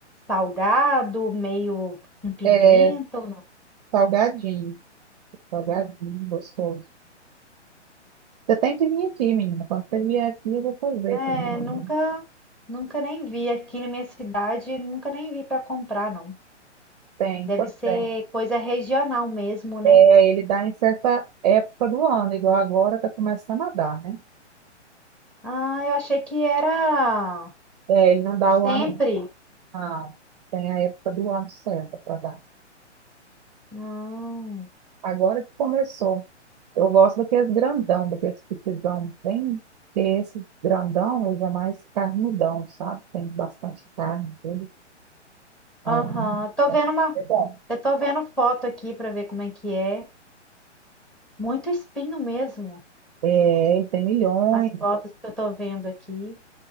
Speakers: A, in the centre; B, on the right.
A: salgado, meio com pimenta
B: É
A: ou não?
B: salgadinho, salgadinho, gostoso. Você tem que vir aqui, menina. Quando você vier aqui, eu vou fazer.
A: É,
B: pra mim.
A: nunca, nunca nem vi aqui na minha cidade, nunca nem vi para comprar, não.
B: Tem,
A: Deve
B: pode
A: ser
B: ser.
A: coisa regional mesmo, né?
B: É, ele dá em certa época do ano, igual agora está começando a dar, né?
A: Ah, eu achei que era
B: É, ele não dá o
A: sempre.
B: ano, não. Tem a época do ano certa para dar.
A: Hum,
B: Agora que começou. Eu gosto daqueles grandão, daqueles pitizão bem, que esse grandão usa mais carnudão, sabe? Tem bastante carne, tudo. Ai,
A: Aham, Tô
B: então,
A: vendo uma,
B: é bom.
A: eu tô vendo foto aqui para ver como é que é. Muito espinho mesmo.
B: É, ele tem milhões.
A: As fotos que eu tô vendo aqui.